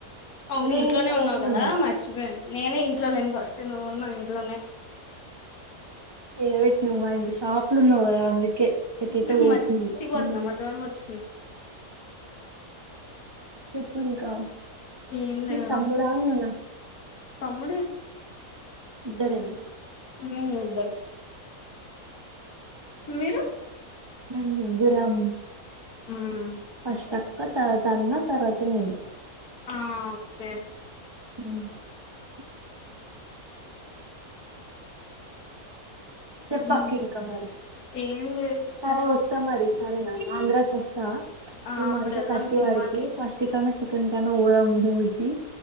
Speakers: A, on the left; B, on the right.
A: అవును
B: నేను
A: ఇంట్లోనే ఉన్నావు కదా
B: ఉన్నా
A: మర్చిపోయాను నేనే ఇంట్లో లేను ఫస్ట్ నువ్వు ఉన్నావు ఇంట్లోనే
B: ఏవట్ నువ్ మైండ్ షాప్లు ఉన్నావ్ గద అందుకే ఎటెటో పోతుంది
A: మ సిగోత్
B: హ్మ్
A: నా మత్ వర్బతు
B: చెప్పు ఇంకా
A: ఏం లేదురా
B: ఇ తమ్ముడా అన్ననా
A: తమ్ముడే
B: ఇద్దరేనా
A: ఉమ్ ఇద్దరం మీరు
B: మ ముగ్గురం
A: ఉమ్
B: ఫాస్ట్ అక్క తర న్నా తర్వతనను
A: ఆ ఓకే
B: అ చెపక్క
A: ఉమ్
B: ఇంకా మరి
A: ఏం లేదు
B: సరే వస్తా మరి సరేనా ఆంధ్రాకి వస్తా
A: ఆ
B: ఈ
A: అప్పుడు
B: మంత్
A: వెళ్దాం
B: థర్టీ
A: సినిమాకి
B: వారికి ఫస్టికా ఎక్కడి కన్నా పోదాం మూవీ కి